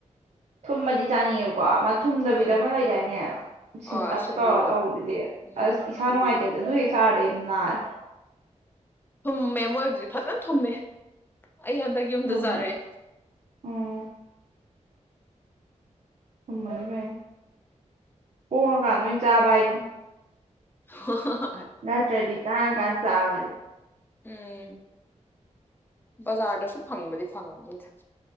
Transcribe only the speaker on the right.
ꯊꯨꯝꯃꯗꯤ ꯆꯥꯅꯤꯡ ꯑꯦꯕ ꯀꯣ ꯑꯃ ꯊꯨꯝꯗꯕꯤꯗ
ꯑꯃ ꯂꯩꯗꯥꯏꯅꯦ ꯁꯤꯟꯇꯛ
ꯇꯧꯔ ꯇꯧꯕꯗꯨꯗꯤ
ꯑꯁ ꯏꯁꯥ ꯅꯨꯡꯉꯥꯏꯇꯦꯗ ꯑꯗꯨ ꯍꯦꯛ ꯆꯥꯔꯗꯩ ꯑꯗꯨꯝ ꯅꯥꯔꯦ
ꯊꯨꯝ
ꯎꯝ ꯊꯨꯝꯃꯗꯤ ꯐꯩ ꯍꯣꯡꯉꯥꯀꯥꯟꯗ ꯑꯣꯏꯅ ꯆꯥꯕ ꯍꯥꯏꯗꯨꯅꯤ
ꯅꯠꯇ꯭ꯔꯗꯤ ꯇꯥꯡ ꯑꯀꯥꯟꯗ ꯆꯥꯕꯗꯤ